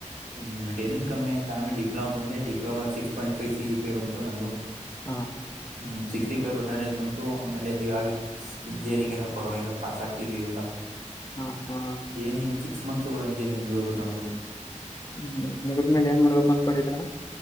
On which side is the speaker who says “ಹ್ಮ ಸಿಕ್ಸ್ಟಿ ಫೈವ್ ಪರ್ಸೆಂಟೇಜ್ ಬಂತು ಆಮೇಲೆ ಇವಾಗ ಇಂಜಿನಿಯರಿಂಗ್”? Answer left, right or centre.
Right